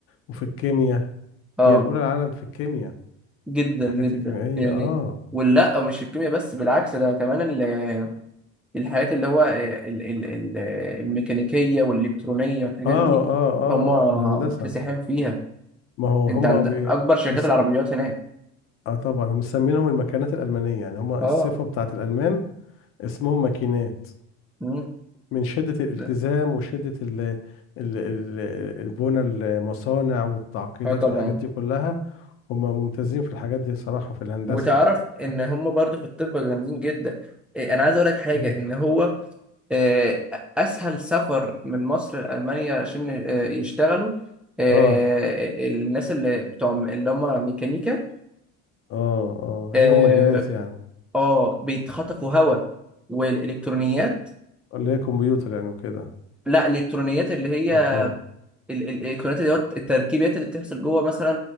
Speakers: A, on the left; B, in the centre.
A: وفي الكيمياء
B: اه
A: هي الأولى العالم في الكيمياء
B: جدا
A: الحاجات
B: جدا
A: الكيميائية
B: يعني
A: اه
B: ولا مش الكيمياء بس بالعكس ده كمان ال- الحاجات اللي هو آه، ال- ال- ال- آه، الميكانيكية والإلكترونية والحاجات
A: اه
B: دي
A: اه اه,
B: هم
A: آه في الهندسة
B: مكتسحين فيها
A: ما هو
B: انت
A: هما
B: عند
A: بي...
B: أكبر شركات
A: مس...
B: العربيات هناك
A: اه طبعا هم مسمينهم المكانات الألمانية يعني هما
B: اه
A: الصفة بتاعت الألمان اسمهم ماكينات
B: امم
A: من شدة الالتزام
B: لا،
A: وشدة ال... ال... ال... البنى المصانع والتعقيدات
B: اه طبعا
A: والحاجات دي كلها هما ممتازين في الحاجات دي صراحة في الهندسة
B: وتعرف ان هم برضو في الطب جامدين جدا إيه، انا عايز اقول لك حاجه
A: مم.
B: ان هو آه، اسهل سفر من مصر لالمانيا عشان آه، يشتغلوا آه،
A: اه
B: الناس اللي بتوع اللي هم ميكانيكا
A: اه اه
B: اه
A: ليهم مجالات يعني
B: آه، بيتخطفوا هواء والالكترونيات
A: اللي هي كمبيوتر يعني وكده
B: لا الالكترونيات اللي هي
A: وبتاع.
B: ال- ال- الالكترونيات اللي هو التركيبات اللي بتحصل جوه مثلا